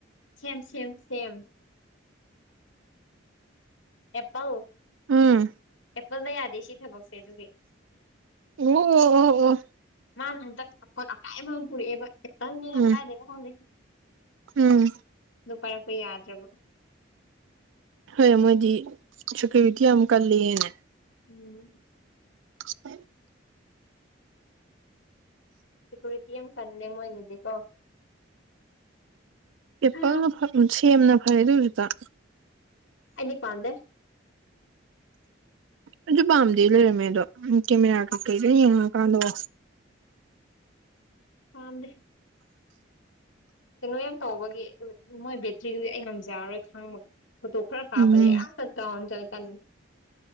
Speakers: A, on the left; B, on the right.
A: ꯁꯦꯝ ꯁꯦꯝ ꯁꯦꯝ ꯑꯦꯄꯜ
B: ꯎꯝ
A: ꯑꯦꯄꯜꯗ ꯌꯥꯗꯦ ꯁꯤ ꯊꯕꯛꯁꯦ ꯑꯗꯨꯒꯤ
B: ꯑꯣ ꯑꯣ ꯑꯣ ꯑꯣ
A: ꯃꯥꯅ ꯍꯟꯗꯛ ꯐꯣꯟ ꯑꯀꯥꯏꯕ ꯑꯃ ꯄꯨꯔꯛꯑꯦꯕ ꯑꯦꯄꯜꯅꯦꯅ
B: ꯎꯝ
A: ꯀꯔꯥꯏꯗꯩꯅꯣ ꯈꯪꯗꯦ
B: ꯎꯝ
A: ꯑꯗꯨ ꯄꯥꯏꯔꯛꯄ ꯌꯥꯗ꯭ꯔꯕ
B: ꯍꯣꯏ ꯃꯣꯏꯗꯤ ꯁꯨꯀꯤꯔꯤꯇꯤ ꯌꯥꯝ ꯀꯜꯂꯦꯅꯦ
A: ꯎꯝ
B: <unintelligible>
A: ꯁꯦꯀꯨꯔꯤꯇꯤ ꯌꯥꯝ ꯀꯜꯂꯦ ꯃꯣꯏꯗꯨꯗꯤꯀꯣ
B: ꯑꯦꯄꯜꯅ
A: ꯍꯥ
B: ꯐꯠ ꯁꯦꯝꯅ ꯐꯔꯦꯗ ꯍꯧꯖꯤꯛꯀꯥꯟ
A: ꯑꯩꯗꯤ ꯄꯥꯝꯗꯦ
B: ꯑꯩꯖꯨ ꯄꯥꯝꯗꯦ ꯂꯩꯔꯝꯃꯦ ꯑꯗꯣ ꯀꯦꯃꯦꯔꯥ ꯀꯩꯀꯩ ꯂꯣꯢ ꯌꯦꯡꯉꯨꯔꯀꯥꯟꯗꯀꯣ
A: ꯄꯥꯝꯗꯦ ꯀꯩꯅꯣ ꯌꯥꯝ ꯇꯧꯕꯒꯤ ꯃꯣꯏ ꯕꯦꯇ꯭ꯔꯤꯗꯨꯗꯤ ꯑꯩ ꯉꯝꯖꯔꯔꯣꯏ ꯈꯥꯡꯕꯒꯥꯡ ꯐꯣꯇꯣ ꯈꯔ ꯀꯥꯞꯄꯗꯤ
B: ꯎꯝ
A: ꯑꯥ ꯗꯥꯎꯟ ꯆꯠꯂꯤꯀꯥꯟꯗꯅꯤ